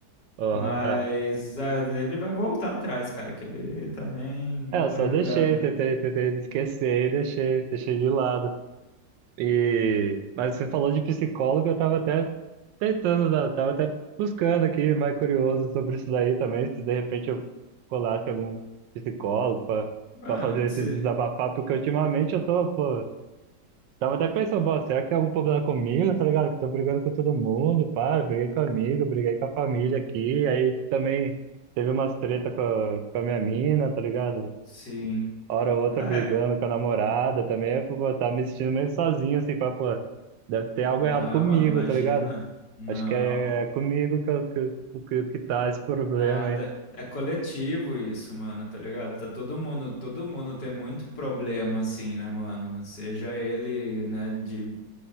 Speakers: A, on the right; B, on the left.
A: aham,
B: Mas
A: é.
B: ah, ele vai voltar atrás, cara, que ele também,
A: É, eu
B: tá
A: só
B: ligado,
A: deixei,
B: né?
A: tentei, tentei esquecer e deixei, deixei de lado. E, mas você falou de psicólogo, eu tava até tentando, dar- tava até buscando aqui, mais curioso sobre isso daí também, se de repente eu colasse algum psicólogo pra
B: Mano,
A: pra fazer
B: se,
A: esse desabafar, porque ultimamente eu tô, pô, tava até pensando, pô, será que tem algum problema comigo, tá ligado? Que eu tô brigando com todo mundo, pá, eu briguei com amigo, briguei com a família aqui, aí também teve umas treta com a, com a minha mina, tá ligado?
B: sim.
A: hora ou outra
B: É,
A: brigando com a namorada também, eu fico, pô, tava me sentindo meio sozinho, assim, pá, pô, deve ter algo
B: não,
A: errado comigo,
B: mano, imagina.
A: tá ligado?
B: Não,
A: Acho que é, é comigo que, eu- que, que, que tá esse problema
B: nada.
A: aí.
B: É coletivo isso, mano, tá ligado? Tá todo mundo, todo mundo tem muito problema assim, né, mano? Seja ele, né, de